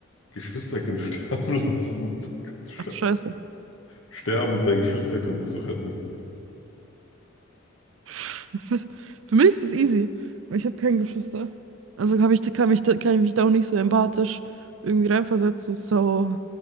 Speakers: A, on the left (about 80°); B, on the right (about 70°).
A: Geschwisterkind <laughs> sterben lassen, Sche-
B: Ach du Scheiße.
A: sterben und dein Geschwisterkind zu retten?
B: <laughs> Das ist, für mich ist das easy, weil ich habe keine Geschwister. Also kann ich, kann mich, da- kann ich mich da auch nicht so empathisch irgendwie reinversetzen. So,